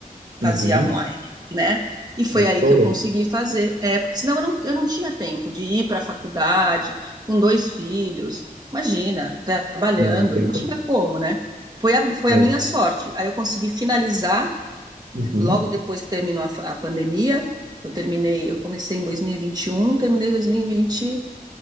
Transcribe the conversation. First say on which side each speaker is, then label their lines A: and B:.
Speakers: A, on the right; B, on the right.
A: uhum.
B: fazia online, né? E foi
A: É, estourou.
B: aí que eu consegui fazer, é, porque senão eu não, eu não tinha tempo de ir para a faculdade com dois filhos, imagina, trabalhando,
A: Não tem
B: não
A: como.
B: tinha como, né? Foi a, foi
A: É.
B: a minha sorte. Aí eu consegui finalizar, de-
A: Uhum.
B: logo depois que terminou a, fa- a pandemia, eu terminei, eu comecei em dois mil e e vinte e um, terminei em 2020